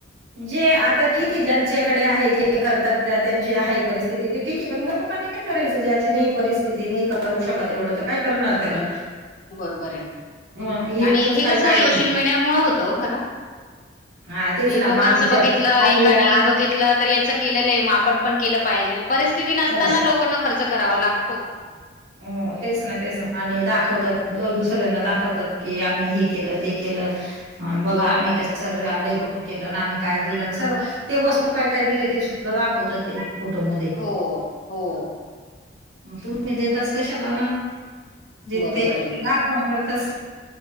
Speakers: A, on the right (about 85°); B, on the left (about 40°).
A: जे आता ठीक आहे ज्यांच्याकडे आहे जे करतात त्यांची आहे परिस्थिती ते ठीक आहे पण लोकांनी काय करायचं ज्याची नाही परिस्थिती नाही करू शकत एवढं तर काय करणार त्याला
B: बरोबर आहे
A: मग हेच
B: आणि हे
A: काहीतरी
B: कसं सोशल मीडिया मुळ होतं खर.
A: हा तेच. ना
B: लोकांचं
A: मग आमच्या
B: बघितलं
A: आम्ही
B: एक आणि
A: आम
B: बघितलं तर याचं केलेलं आहे मग आपण पण केलं पाहिजेल परिस्थिती नसताना
A: हो.
B: लोकांना खर्च करावा लागतो.
A: हो तेच ना तेच ना आणि दाखवतात दुसऱ्यांना दाखवतात की आम्ही हे केलं ते केलं. ह बघा आम्ही का स डेकोरेशन केलं आम्ही काय दिलं सर्व ते वस्तू काय काय दिले ते सगळ दाखवतात ते फोटो मध्ये
B: हो हो
A: तुम्ही देताच कशाला ना जिथे
B: बरोबर आहे ना
A: दाखवण करतस.